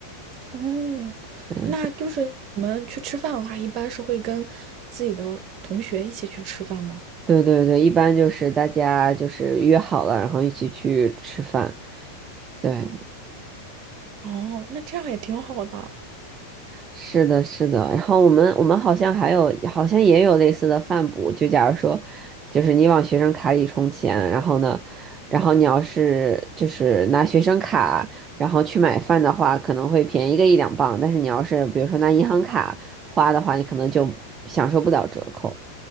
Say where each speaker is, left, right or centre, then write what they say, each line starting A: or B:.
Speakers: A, on the right; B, on the right.
A: 哦，
B: 嗯，
A: 那就是你们去吃饭的话，
B: 所
A: 一般是会跟自己的同学一起去吃饭吗？
B: 对对对，一般就是大家就是约好了，然后一起去吃饭。对，
A: 哦，那这样也挺好的。
B: 是的，是的。然后我们我们好像还有，好像也有类似的饭补。就假如说，就是你往学生卡里充钱，然后呢，然后你要是就是拿学生卡，然后去买饭的话，可能会便宜个一两磅。但是你要是比如说拿银行卡花的话，你可能就享受不了折扣。